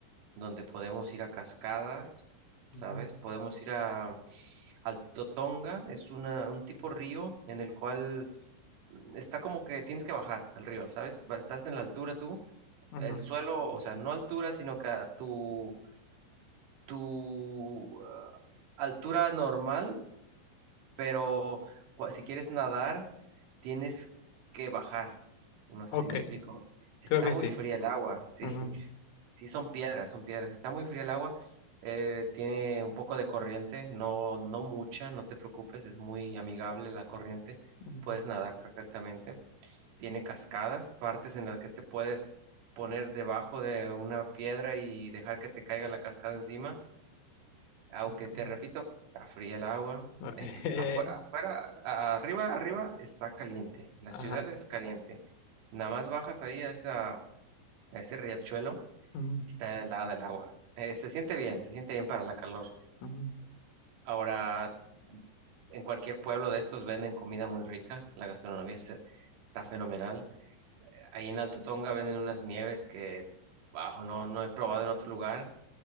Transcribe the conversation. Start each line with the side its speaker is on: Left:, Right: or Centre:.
Right: donde podemos ir a cascadas,
Left: ujú,
Right: ¿sabes? Podemos ir a al Totonga, es una, un tipo río en el cual mm, está como que tienes que bajar al río, ¿sabes? Va- Estás en la altura tú,
Left: ujú.
Right: el suelo, o sea, no altura, sino que a tu, tu ah, altura normal, pero cua- si quieres nadar, tienes que bajar. No sé
Left: Ok,
Right: si me explico. Está
Left: creo que
Right: muy
Left: sí.
Right: fría el agua, <laughs> sí.
Left: Ujú,
Right: Sí, son piedras, son piedras. Está muy fría el agua, eh, tiene un poco de corriente, no, no mucha, no te preocupes, es muy amigable la corriente,
Left: Mm,
Right: puedes nadar perfectamente. Tiene cascadas, partes en las que te puedes poner debajo de una piedra y dejar que te caiga la cascada encima, aunque
Left: Ok.
Right: te repito, está fría el agua.
Left: Ok. <laughs>
Right: Afuera, afuera, arriba, arriba está caliente, la
Left: Ajá.
Right: ciudad es caliente. Nada más bajas ahí a esa, a ese riachuelo
Left: Mm,
Right: Está helada el agua. Eh, se siente bien, se siente bien para la calor.
Left: ujú,
Right: Ahora, en cualquier pueblo de estos venden comida muy rica. La gastronomía se- está fenomenal. Ahí en Alto Tonga venden unas nieves que, bajo, no, no he probado en otro lugar.